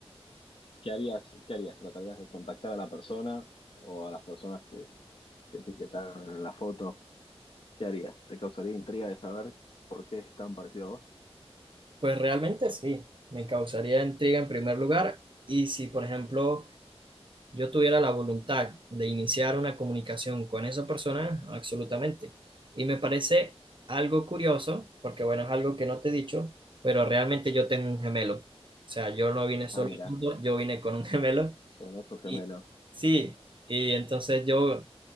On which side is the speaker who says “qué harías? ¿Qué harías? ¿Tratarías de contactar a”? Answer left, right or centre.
Left